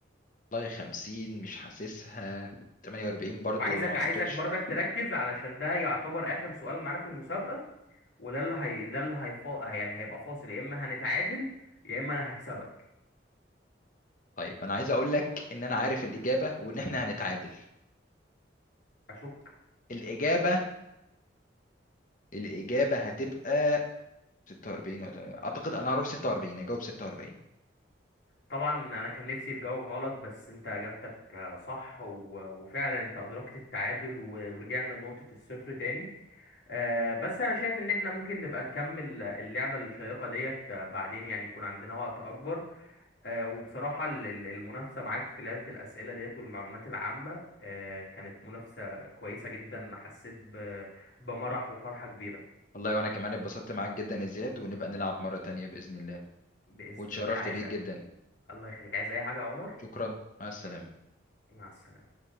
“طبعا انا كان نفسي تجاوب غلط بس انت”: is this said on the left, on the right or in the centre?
Left